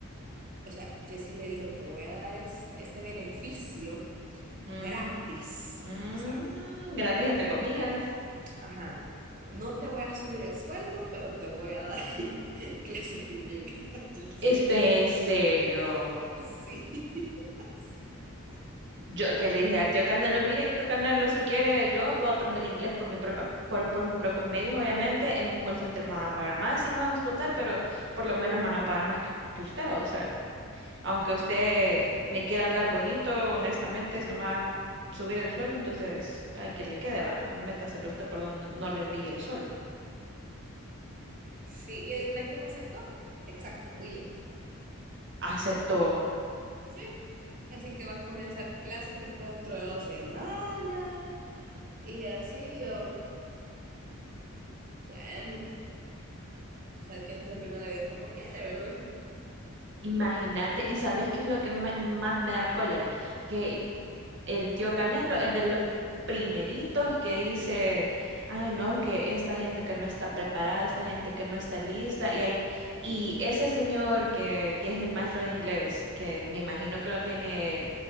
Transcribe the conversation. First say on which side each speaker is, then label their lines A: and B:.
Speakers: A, on the right; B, on the right.
A: O sea, Jesse le dijo, te voy a dar es- este beneficio
B: Mm,
A: gratis.
B: mm,
A: O sea,
B: gratis entre comillas.
A: ajá, no te voy a subir el sueldo, pero te voy a dar <laughs> clases de inglés gratis.
B: Este, en serio.
A: Sí, <laughs> sí,
B: Yo que le dije al tío Canelo, mire, tío Canelo, si quiere, yo puedo aprender inglés por mi propia, por, por mis propios medios, obviamente. En un call center me van a pagar más, sí me van a explotar, pero por lo menos me van a pagar más que, que usted. O sea, aunque usted
A: literal.
B: me quiera hablar bonito, honestamente, no me va a subir el suelo, entonces, ay, que le quede, va, métaselo usted por donde no, no le brille el sol. va".
A: Sí, y adivina quién aceptó. Exacto, William.
B: Aceptó.
A: Sí. Así que va a comenzar clases, creo que dentro de dos semanas. Y así yo, bueno, cada quien se arruina la vida como quiere, ¿verdad?
B: Imagínate, ¿y sabes qué es lo que ma- más me da cólera? Que el tío Canelo es de los primeritos que dice, ay no, que esta gente que no está preparada, esta gente que no está lista, y, hay, y ese señor que, que es el maestro de inglés, que me imagino que no tiene